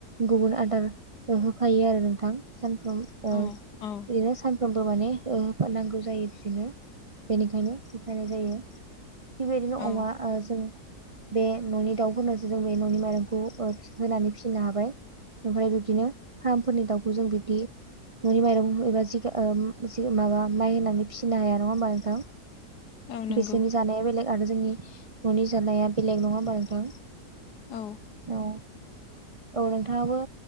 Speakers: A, on the right; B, on the left.
A: गुबुन आदार ओ होफायो आरो नोंथां सानफ्राम ओ
B: औ
A: इदिनो
B: औ
A: सान सानफ्रोमबो माने ओ नांगौ जायो बिदिनो बेनिखायनो होफायनाय जायो। थिग बेदिनो
B: औ
A: अमा ओ जों बे न'नि दाउफोरनसो जों बे न'नि माइरंखौ होनानै फिसिनो हाबाय ओमफ्राय बिब्दिनो फार्मफोरनि दाउखौ जों बिब्दि न'नि माइरं एबा जिगा ओ जिग माबा माइ होनानै फिसिनो हाया नङा होमबा नोंथां
B: औ नंगौ
A: बिसोरनि जानाया बेलेग आरो जोंनि न'नि जानाया बेलेग नङा होनोमा नोंथां
B: औ
A: औ। औ नोंथाङाबो